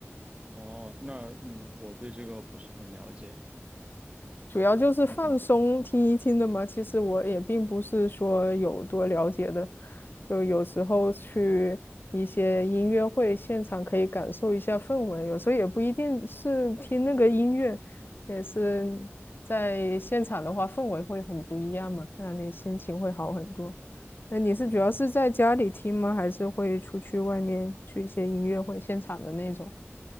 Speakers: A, on the right; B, on the left.
A: 哦，那嗯，我对这个不是很了解。
B: 主要就是放松听一听的嘛。
A: 嗯
B: 其实我也并不是说有多了解的，就有时候去一些音乐会现场可以感受一下氛围，有时候也不一定是听那个音乐，也是在现场的话氛围会很不一样嘛，让你心情会好很多。那你是主要是在家里听吗？
A: 嗯，
B: 还是会出去外面去一些音乐会现场的那种？